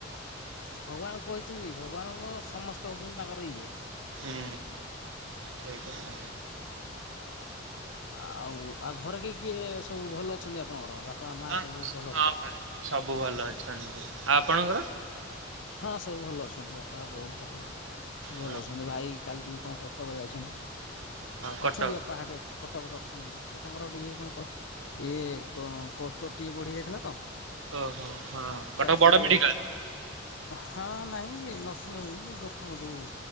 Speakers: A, on the left; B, on the right.
A: ଭଗବାନ କହିଛନ୍ତି ଭଗବାନଙ୍କ ସମସ୍ତେ ହଉଛନ୍ତି ତାଙ୍କର ଇଏ।
B: ହୁଁ ସେଇ କଥା।
A: ଆଉ ଆଉ ଘରେ କିଏ କିଏ ସବୁ ଭଲ ଅଛନ୍ତି ଆପଣଙ୍କର? ମା
B: ହଁ
A: ସବୁ ଭଲ
B: ହଁ
A: ସବୁ?
B: ଘରେ ସବୁ ଭଲ ଅଛନ୍ତି। ଆଉ ଆପଣଙ୍କର?
A: ହଁ ସବୁ ଭଲ ଅଛନ୍ତି ବାପା ବୋଉ ଭାଇ। ସବୁ ଭଲ
B: ହଁ
A: ଅଛନ୍ତି ଭାଇ କାଲି ଟିକେ କଣ କଟକ ଯାଇଛନ୍ତି
B: କଟକ
A: ଅଛନ୍ତି ଅପାହାଟେ। କଟକରେ ଅଛନ୍ତି ସେ ତାଙ୍କର ଟିକେ କଣ ଇଏ କୋଲଡ ଷ୍ଟୋର ଟିକେ ବଢ଼ି ଯାଇଥିଲା ତ।
B: ଓହୋ ହଁ କଟକ
A: ଟିଏ।
B: ବଡ଼ ମେଡ଼ିକାଲ।
A: ହଁ ନାହିଁ କି ନର୍ସିଂହୋମ୍ ଡକ୍ଟରଙ୍କର ଜୋଉ